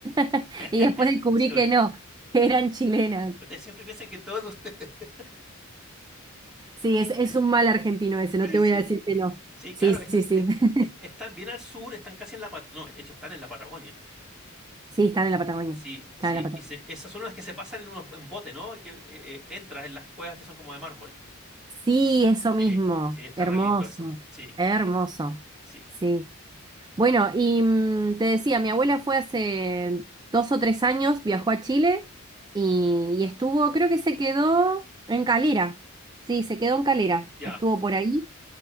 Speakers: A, on the right; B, in the centre.
A: <laughs>
B: <laughs>
A: y después descubrí que no, que eran chilenas.
B: Ustedes siempre piensan que todos ustedes... <laughs>
A: Sí, es, es un mal argentino ese,
B: Sí,
A: no te
B: sí.
A: voy a decir que no.
B: Sí,
A: Sí,
B: claro,
A: sí,
B: est-
A: sí.
B: est-
A: <laughs>
B: est- están bien al sur, están casi en la... Pat- No, de hecho, están en la Patagonia.
A: Sí, están en la Patagonia,
B: Sí,
A: están
B: sí.
A: en la Patagonia.
B: Y se- esas son las que se pasan en, unos, en bote, ¿no? Y que eh, eh, entras en las cuevas que son como de mármol.
A: Sí, eso
B: Sí,
A: mismo,
B: sí, está
A: hermoso,
B: re lindo eso. Sí,
A: hermoso.
B: sí.
A: Sí. Bueno, y mm, te decía, mi abuela fue hace dos o tres años, viajó a Chile y, y estuvo, creo que se quedó en Calera. Sí, se quedó en Calera,
B: Ya.
A: estuvo por ahí.